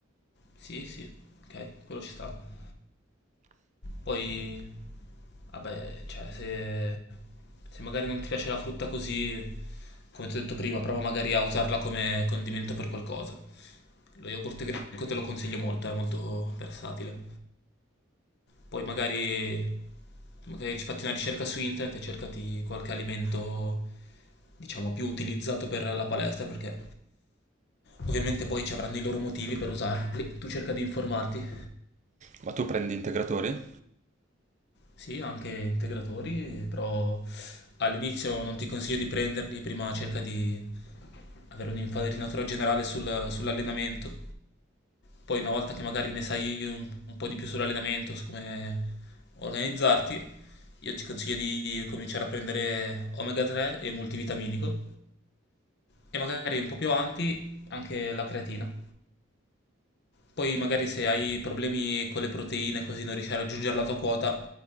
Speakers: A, on the left (about 60°); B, on the right (about 35°).
A: Sì, sì, ok, quello ci sta. Poi, vabbè, cioè, se, se magari non ti piace la frutta così, come ti ho detto prima, prova magari a usarla come condimento per qualcosa. Lo yogurt greco te lo consiglio molto, è molto versatile. Poi magari, magari ci fatti una ricerca su internet e cercati qualche alimento, diciamo, più utilizzato per la palestra, perché ovviamente poi ci avranno i loro motivi per usarli. Tu cerca di informarti.
B: Ma tu prendi integratori?
A: Sì, anche integratori, però all'inizio non ti consiglio di prenderli, prima cerca di avere un'infarinatura generale sul- sull'allenamento, poi una volta che magari ne sai un, un po' di più sull'allenamento, su come organizzarti, io ti consiglio di cominciare a prendere omega 3 e multivitaminico e magari un po' più avanti anche la creatina. Poi magari se hai problemi con le proteine, così non riesci a raggiungere la tua quota,